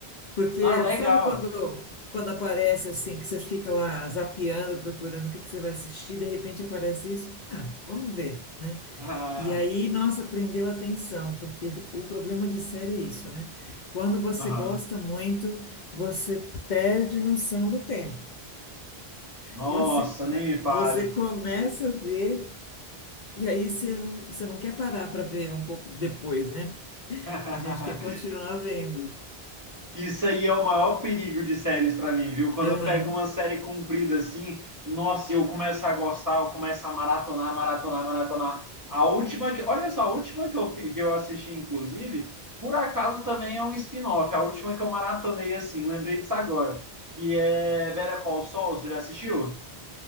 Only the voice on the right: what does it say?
Ah, legal.
Ah,
aham.
Nossa,
nem me fale.
<laughs>
Isso aí é o maior perigo de séries para mim, viu? Quando
eu pego uma série comprida assim, nossa, eu começo a gostar, eu começo a maratonar, maratonar, maratonar. A última que, olha só, a última que eu, fi- que eu assisti, inclusive, por acaso também é um spin-off. A última que eu maratonei assim, lembrei disso agora, que é Better Call Saul. Você já assistiu?